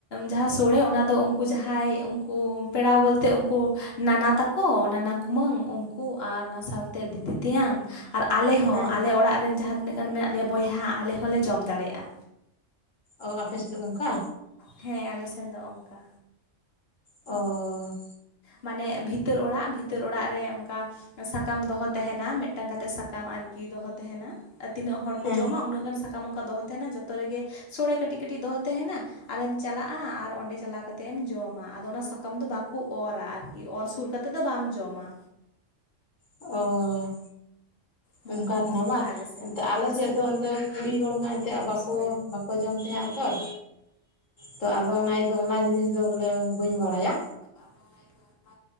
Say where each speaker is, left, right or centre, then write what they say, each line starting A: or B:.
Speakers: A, on the left; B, on the left.
A: ᱡᱟᱦᱟᱸ ᱥᱳᱲᱮ ᱚᱱᱟ ᱫᱚ ᱩᱱᱠᱩ ᱡᱟᱦᱟᱸᱭ ᱩᱱᱠᱩ ᱯᱮᱲᱟ ᱵᱚᱞ ᱛᱮ ᱩᱱᱠᱩ ᱱᱟᱱᱟ ᱛᱟᱠᱚ ᱦᱚᱸ ᱱᱟᱱᱟ ᱠᱩᱢᱟᱹᱝ ᱩᱱᱠᱩ ᱟᱨ ᱚᱱᱟ ᱥᱟᱶ ᱛᱮ ᱫᱤᱫᱤ ᱛᱮᱭᱟᱝ ᱟᱨ ᱟᱞᱮ ᱦᱚᱸ
B: ᱦᱮᱸ
A: ᱟᱞᱮ ᱚᱲᱟᱜ ᱨᱮᱱ ᱡᱟᱦᱟᱸ ᱛᱤᱱᱟᱹᱜ ᱜᱟᱱ ᱢᱮᱱᱟᱜ ᱞᱮᱭᱟ ᱵᱚᱭᱦᱟ ᱟᱞᱮ ᱦᱚᱸ ᱞᱮ ᱡᱚᱢ ᱫᱟᱲᱮ ᱭᱟᱜᱼᱟ᱾
B: ᱚ ᱟᱯᱮ ᱥᱮᱫ ᱫᱚ ᱚᱱᱠᱟ
A: ᱦᱮᱸ ᱟᱞᱮ ᱥᱮᱱ ᱫᱚ ᱚᱱᱠᱟ
B: ᱚᱻ
A: ᱢᱟᱱᱮ ᱵᱷᱤᱛᱟᱹᱨ ᱚᱲᱟᱜ ᱵᱷᱤᱛᱟᱹᱨ ᱚᱲᱟᱜ ᱨᱮ ᱚᱱᱠᱟ ᱥᱟᱠᱟᱢ ᱫᱚ ᱦᱚ ᱛᱟᱦᱮᱸᱱᱟ ᱢᱤᱫ ᱴᱟᱝ ᱠᱟᱛᱮᱜ ᱥᱟᱠᱟᱢ ᱟᱨᱠᱤ ᱫᱚ ᱦᱚ ᱛᱟᱦᱮᱸᱱᱟ᱾ ᱛᱤᱱᱟᱹᱜ ᱦᱚᱲ ᱠᱚ
B: ᱦᱮᱸ
A: ᱡᱚᱢᱟ ᱩᱱᱟᱹᱜ ᱜᱟᱱ ᱥᱟᱠᱟᱢ ᱚᱱᱠᱟ ᱫᱚ ᱦᱚ ᱛᱟᱦᱮᱸᱱᱟ ᱡᱷᱚᱛᱚ ᱨᱮ ᱜᱮ ᱥᱳᱲᱮ ᱠᱟᱹᱴᱤᱡ ᱠᱟᱹᱴᱤᱡ ᱫᱚ ᱦᱚ ᱛᱟᱦᱮᱸᱱᱟ ᱟᱨᱮᱢ ᱪᱟᱞᱟᱜᱼᱟ ᱟᱨ ᱚᱸᱰᱮ ᱪᱟᱞᱟᱣ ᱠᱟᱛᱮᱫ ᱮᱢ ᱡᱚᱢᱟ ᱟᱫᱚ ᱚᱱᱟ ᱥᱟᱠᱟᱢ ᱫᱚ ᱵᱟᱠᱚ ᱚᱨᱟ ᱟᱨᱠᱤ ᱚᱨ ᱥᱩᱨ ᱠᱟᱛᱮ ᱫᱚ ᱵᱟᱢ ᱡᱚᱢᱟ
B: ᱚᱻ
A: ᱦᱮᱸ
B: ᱚᱱᱠᱟ ᱠᱟᱱᱟ ᱵᱟᱝ
A: ᱟᱞᱮ ᱥᱮᱱ
B: ᱮᱱᱛᱮ
A: ᱫᱚ
B: ᱟᱞᱮ
A: ᱦᱟᱥᱟ
B: ᱥᱮᱫ ᱫᱚ
A: ᱴᱩᱠᱩᱡ
B: ᱚᱱᱛᱮ ᱠᱩᱲᱤ ᱦᱚᱲ ᱢᱟ ᱮᱱᱛᱮ
A: ᱨᱮᱠᱚ
B: ᱵᱟ
A: ᱥᱳᱲᱮᱭᱟ
B: ᱠᱚ ᱵᱟᱠᱚ ᱡᱚᱢ ᱛᱟᱦᱮᱸᱜᱼᱟ ᱛᱷᱚᱨ ᱛᱚ ᱟᱫᱚ ᱚᱱᱟ ᱫᱚ ᱚᱱᱟ ᱡᱤᱱᱤᱥ ᱫᱚ ᱵᱚᱞᱮ ᱵᱟᱹᱧ ᱵᱟᱲᱟ ᱭᱟ
A: ᱟᱵᱚ ᱚᱱᱟ <inaudible>